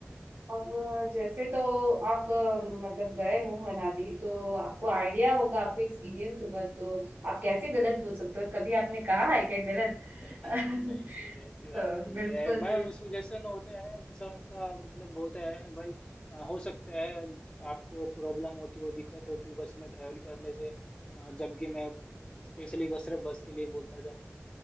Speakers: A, on the right; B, on the left.
A: अब जैसे तो आप अ, मतलब गए हो मनाली तो आपको आइडिया होगा आपको एक्सपीरियंस होगा तो आप कैसे गलत बोल सकते हो कभी आपने कहा है क्या गलत
B: <laughs>
A: <laughs>
B: नहीं नहीं ऐसी बात
A: तो
B: नहीं
A: बिल्कुल
B: है भाई सुजेशन होते हैं इंसान का मतलब होता है भाई अ, हो सकता है आपको प्रॉब्लम होती हो दिक्कत होती हो बस में ट्रेवल करने से अ, जबकि मैं स्पेशली बस सिर्फ बस के लिए बोलता जाऊँ